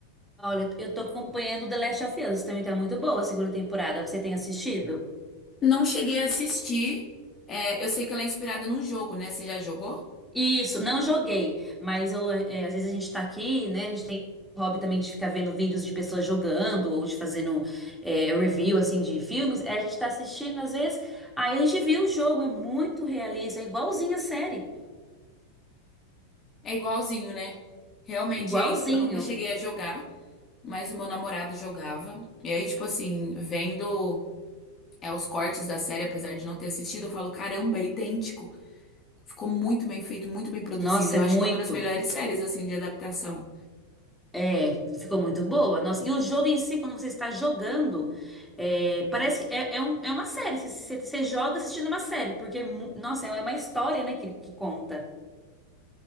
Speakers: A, in the centre; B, on the left.
A: Olha, eu tô acompanhando The Last of Us, também tá muito boa a segunda temporada. Você tem assistido?
B: Não cheguei a assistir. É, eu sei que ela é inspirada num jogo, né? Você já jogou?
A: Isso, não joguei, mas eu, é, às vezes a gente tá aqui, né? A gente tem o hobby também de ficar vendo vídeos de pessoas jogando ou de fazendo é, review, assim, de filmes. Aí a gente tá assistindo, às vezes, aí a gente viu o jogo, é muito realista, é igualzinho a série,
B: É igualzinho, né? Realmente
A: igualzinho.
B: é isso. Eu nunca cheguei a jogar, mas o meu namorado jogava. E aí, tipo assim, vendo é, os cortes da série, apesar de não ter assistido, eu falo, caramba, é idêntico. Ficou muito bem feito, muito bem produzido.
A: Nossa,
B: Eu
A: é
B: acho
A: muito,
B: que é uma das melhores séries, assim, de adaptação.
A: é, ficou muito boa. Nossa, e o jogo em si, quando você está jogando, é, parece que é, é, um- é uma série, você, você- você joga assistindo uma série, porque, é mu- nossa, é uma história, né, que, que conta.